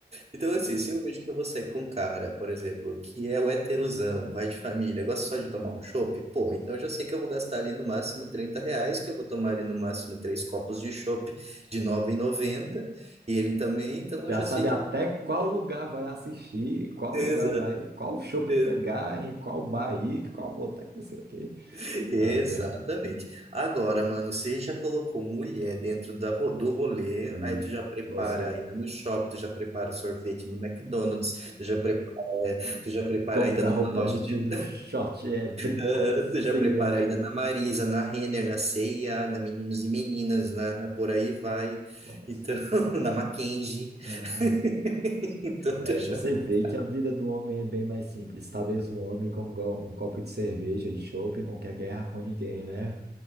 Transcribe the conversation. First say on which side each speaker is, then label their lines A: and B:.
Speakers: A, on the right; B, on the right.
A: Então, assim, se eu vejo que você é com um cara, por exemplo, que é o heterosão, pai de família, gosta só de tomar um chopp, pô, então eu já sei que eu vou gastar ali no máximo 30 reais, que eu vou tomar ali no máximo três copos de chopp de nove e noventa e ele também, então
B: Já
A: eu já
B: sabe
A: sei que...
B: até qual lugar vai assistir, qual
A: Exato.
B: lugar vai, qual shopping
A: <laughs>
B: pegar, em qual bar ir, qual boteca, não sei o quê.
A: Exatamente.
B: Nossa,
A: Agora, mano, você já colocou mulher dentro da, ro- do rolê,
B: ixi,
A: aí tu já prepara
B: você.
A: a ida no shopping, tu já prepara sorvete no McDonald's, tu já prepara, tu já prepara
B: compra
A: a ida numa
B: roupa,
A: loja
B: vestido,
A: de
B: short, é brinco,
A: Ah,
B: pulseira.
A: Tu já prepara
B: É...
A: ainda na Marisa, na Renner, na C&A, na Meninos e Meninas, na por aí vai.
B: Nossa.
A: Então, <laughs> na Mackenzie.
B: Aham.
A: <laughs> Então,
B: Daí
A: tu já...
B: você
A: <laughs>
B: vê que a vida do homem é bem mais simples. Talvez um homem com um go- um copo de cerveja, de chopp, não quer guerra com ninguém, né?